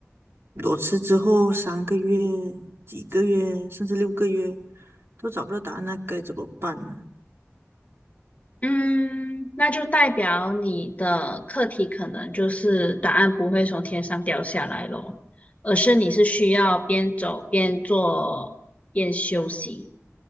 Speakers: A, on the right; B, on the left.
A: 裸辞之后三个月、几个月，甚至六个月都找不到答案，那该怎么办呢？
B: 嗯，那就代表你的课题可能就是答案不会从天上掉下来咯，而是你是需要边走边做边休息，